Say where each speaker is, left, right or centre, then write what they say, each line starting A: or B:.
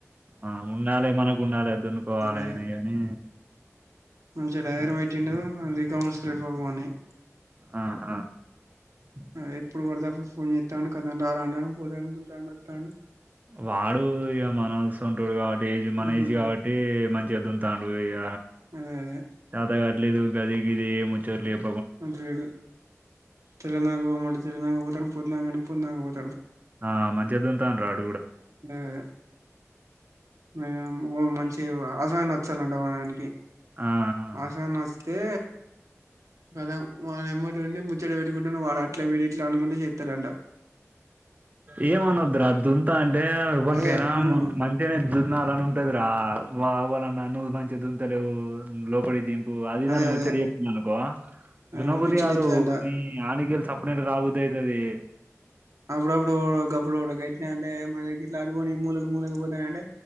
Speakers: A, on the right; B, on the right.
A: ఆ ఉండాలి మనకు ఉండాలి దున్నుకోవాలి
B: అదే
A: అని గాని
B: తెగాయిరు పెట్టిండు <unintelligible>
A: ఉ ఉ
B: ఇక ఎప్పుడు పడితే అప్పుడు ఫోన్ చేత్తను కదా రారా అన్నాడు పోరా అనుకుంటాండు వత్తాండు
A: వాడు ఇక మనవసొంటోడు కాబట్టి ఏజ్ మన
B: ఉమ్
A: ఏజ్ కాబట్టి మంచి కే దుంతాండు ఇగ
B: అదే అదే
A: చేతగాట్లేదు గది గిది ఏ ముచోట్లే చెప్
B: అంత లేదు తెలంగాణకు పొమ్మంటే తెలంగాణకు పోతారూ పొద్దునాక అంటే పొద్దునాక పోత
A: ఆ మంచిగ దుంతాడ్రూ రాడ్
B: బాగా <unintelligible> ఒ మంచి ఏవో ఆజా నచ్చాలంట వానికి
A: ఆ ఆ
B: ఆషా నస్తే కదా వాల్లెమ్మట ఉండి చెడ పెట్టుకుంటను వాడ అట్లా వీడి ఇట్లా అనుకుంటు చేస్తారంట
A: ఏమనద్ధుర దుంతాంటే ఎవనికైనా
B: అదే ఉమ్
A: మ మంచిగనే ద్దున్నాలనుంటది రా వా అవాలనా నువు మంచిగ దుంతలేవు లోపలికి దింపి ఆ అదిదాన
B: అదే
A: ముచ్చటి
B: అదే
A: చెప్పిందనుకో
B: ఆ
A: దున్నబుద్ధి
B: పిచ్చి
A: కాదు
B: లేత్తదంట
A: నీ ఆనకెల్ సప్పన రాబుద్దయితది
B: అప్పుడప్పుడు గప్పుడు కూడ గట్నే అంటే మనకిట్లా అడుగుని మూలలు మూలలు పోతాయి అంటే